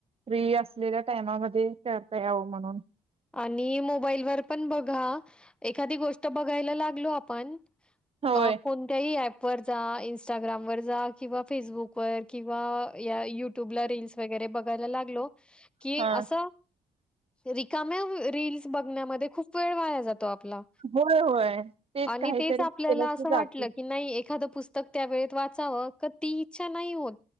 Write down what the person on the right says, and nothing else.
फ्री अस असलेल्या टाईममध्ये करता यावं म्हणून.
होय.
हा.
होय होय
काहीतरी
केलं
की
जाते